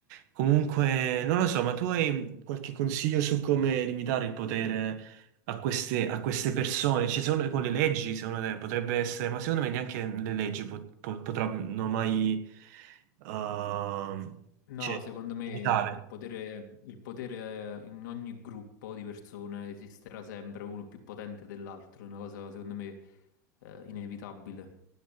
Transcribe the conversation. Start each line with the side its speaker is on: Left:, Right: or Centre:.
Right: comunque, non lo so, ma tu hai qualche consiglio su come limitare il potere a queste, a queste persone? Cioè, secondo, con le leggi, secondo te, potrebbe essere, ma secondo me neanche le leggi po- po- potranno mai, ehm,
Left: No,
Right: cioè,
Left: secondo me
Right: limitare.
Left: il potere, il potere in ogni gruppo di persone esisterà sempre uno più potente dell'altro, è una cosa secondo me eh, inevitabile.